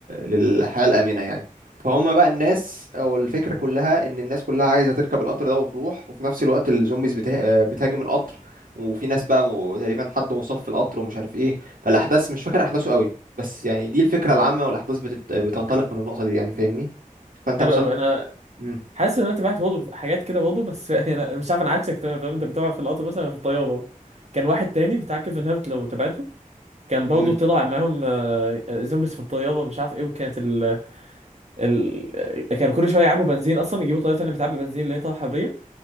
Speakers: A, on the right (about 80°); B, on the right (about 50°).
A: للحياة الآمنة يعني فهم بقى الناس او الفكرة كلها ان الناس كلها عايزة تركب القطر ده وتروح وفي نفس الوقت الزومبيز بته... آه، بتهاجم القطر وفي ناس بقى م... تقريبا حد مصاب في القطر ومش عارف ايه فالأحداث مش فاكر أحداثه قوي بس يعني دي الفكرة العامة والأحداث بتبت... بتنطلق من النقطة دي يعني فاهمني فأنت
B: حلو
A: مثلا
B: قوي انا
A: مم.
B: حاسس ان انا تابعت برضه حاجات كده برضه بس <laughs> انا مش عارف انا عكسك تمام فاهم انت بتابع في القطر مثلا أنا في الطياره برضه كان واحد تاني بتاع كيفن هارت لو تابعته كان برضه
A: مم.
B: طلع معاهم آه، زومبيز في الطياره مش عارف ايه وكانت ال... ال... كانوا كل شويه يعبوا بنزين اصلا يجيبوا طياره تانيه بتعبي بنزين اللي هي طياره حربيه